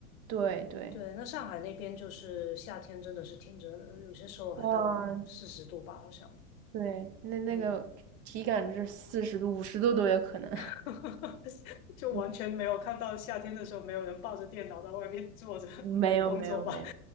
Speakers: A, on the right (about 45°); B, on the left (about 65°).
A: 对对，
B: 对，那上海那边就是夏天真的是挺热的，有些时候还到四十度吧，
A: 哇，
B: 好像。
A: 对，那那个体感是四十度、
B: 嗯，
A: 五十度都有可能。
B: <laughs> 就完全没有看到夏天的时候没有人抱着电脑在外面坐着
A: <laughs> 没有没有没有，
B: <laughs> 工作吧。